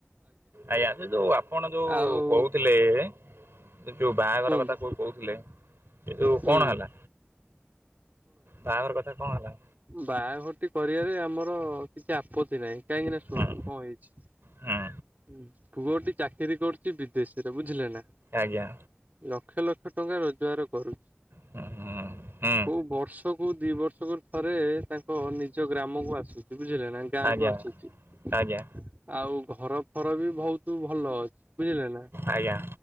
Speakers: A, on the right; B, on the right.
A: ଆଜ୍ଞା ସେ ଯୋଉ ଆପଣ ଯୋଉ
B: ଆଉ
A: କହୁଥିଲେ ଯୋଉ ବାହାଘର
B: କୁହନ୍ତୁ
A: କଥା କଁ କହୁଥିଲେ ସେଯୋଉ
B: ହୁଁ
A: କଣ ହେଲା? ବାହାଘର କଥା କଣ ହେଲା?
B: ବାହାଘରଟି କରିବାରେ ଆମର କିଛି ଆପତ୍ତି ନାହିଁ। କାହିଁକିନା ଶୁଣନ୍ତୁ
A: ହୁଁ
B: କଣ ହେଇଚି
A: ହୁଁ
B: ପୁଅଟି ଚାକିରୀ କରୁଚି ବିଦେଶୀରେ ବୁଝିଲେ ନା।
A: ଆଜ୍ଞା।
B: ଲକ୍ଷ ଲକ୍ଷ ଟଙ୍କା ରୋଜଗାର କରୁଚି।
A: ହୁଁ ହୁଁ ହୁଁ।
B: କୋଉ ବର୍ଷକୁୁ ଦି ବର୍ଷକୁ ଥରେ ତାଙ୍କ ନିଜ ଗ୍ରାମକୁ ଆସୁଚି ବୁଝିଲେ ନା। ଗାଁକୁ
A: ଆଜ୍ଞା
B: ଆସୁଚି
A: ଆଜ୍ଞା
B: ଆଉ ଘର ଫରବି ବହୁତ୍ ଭଲ ଅଛି। ବୁଝିଲେନା
A: ଆଜ୍ଞା